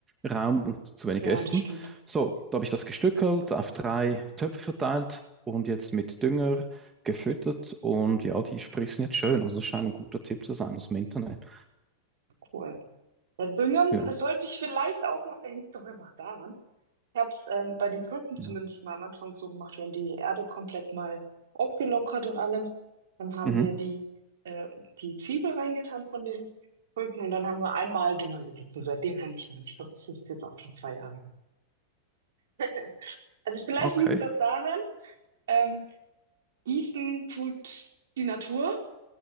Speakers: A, on the right; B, on the right.
A: Raum und zu wenig
B: Ja,
A: Essen.
B: das stimmt.
A: So, da habe ich das gestückelt, auf drei Töpfe verteilt und jetzt mit Dünger gefüttert. Und ja, die sprießen jetzt schön. Also das scheint ein guter Tipp zu sein aus dem Internet.
B: Cool. Ja, düngen
A: Ja.
B: das sollte ich vielleicht auch mal, vielleicht liegt doch einfach daran. Ich habe es ähm, bei den Tulpen
A: Ja.
B: zumindest mal am Anfang so gemacht. Wir haben die Erde komplett mal aufgelockert und allem. Dann haben
A: Mhm.
B: wir die, äh, die Zwiebel reingetan von den Tulpen und dann haben wir einmal Dünger gesetzt und seitdem her nicht mehr. Und ich glaube, das ist jetzt auch schon zwei Jahre her. <laughs> Also vielleicht
A: Okay.
B: liegt es auch daran, ähm, gießen tut die Natur.